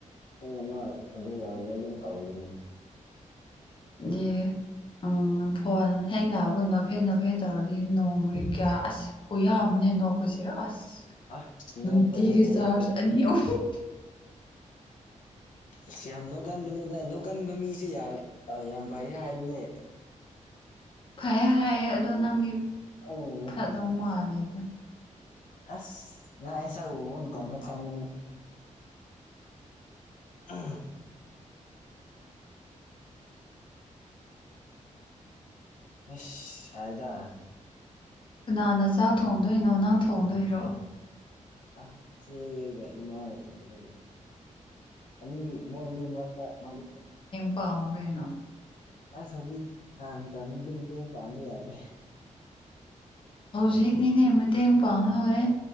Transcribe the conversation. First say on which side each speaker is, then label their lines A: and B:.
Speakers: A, on the left; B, on the left.
A: ꯄꯨꯡ ꯑꯃ ꯑꯗꯨꯝ ꯌꯎꯔꯗꯤ ꯑꯗꯨꯝ ꯇꯧꯋꯦ ꯑꯗꯨꯅ
B: ꯌꯦ ꯎꯝ ꯐꯣꯟꯣꯟ ꯍꯦꯛ ꯂꯥꯛꯒꯣ ꯍꯥꯐꯦꯠ ꯅꯐꯦꯠ ꯇꯧꯔꯗꯤ ꯅꯣꯡꯃꯒꯤ ꯀꯌꯥ ꯑꯁ ꯀꯌꯥ ꯑꯃꯅꯦ ꯅꯣꯛꯄꯁꯦ ꯑꯁ
A: ꯑꯁ
B: ꯅꯨꯡꯇꯤꯒꯤ
A: ꯅꯣꯛꯄꯁꯤꯗꯤ
B: ꯆꯥꯔꯖ ꯑꯅꯤ ꯑꯍꯨꯝ
A: ꯑꯁ ꯌꯥꯝ ꯅꯣꯛꯀꯟꯕꯅꯦꯗ ꯅꯣꯛꯀꯟꯕ ꯃꯤꯁꯦ ꯌꯥꯝ ꯐꯩ ꯍꯥꯏꯔꯤꯅꯦ
B: ꯐꯩ ꯍꯥꯏꯌꯦ ꯑꯗꯣ ꯅꯪꯒꯤ
A: ꯎꯝ
B: ꯐꯗꯧ ꯃꯥꯜꯂꯦꯗ
A: ꯑꯁ ꯅꯁꯥ ꯑꯃ ꯇꯗ ꯈꯥꯏꯒꯅꯤ ꯑ ꯁꯥꯏꯗꯥ
B: ꯀꯅꯥꯅ ꯆꯥꯛ ꯊꯣꯡꯗꯣꯏꯅꯣ ꯅꯅꯥꯪ ꯊꯣꯡꯗꯣꯏꯔꯣ
A: ꯑ ꯏꯆꯦꯒ ꯏꯃꯥꯒ ꯊꯣꯡꯒꯦꯅꯦ ꯑꯅꯤ ꯃꯣꯏꯅꯤ ꯃꯗꯨ
B: ꯄꯥꯎꯕꯅꯣ
A: ꯑꯁ ꯑꯗꯨꯗꯤ ꯀꯝꯇꯗꯤ ꯃꯇꯇꯦꯡ ꯄꯥꯝꯕ ꯌꯥꯗ꯭ꯔꯦ
B: ꯍꯧꯖꯤꯛꯅꯤꯅꯦ ꯃꯇꯦꯡ ꯄꯥꯡꯅ ꯍꯧꯧꯔꯦ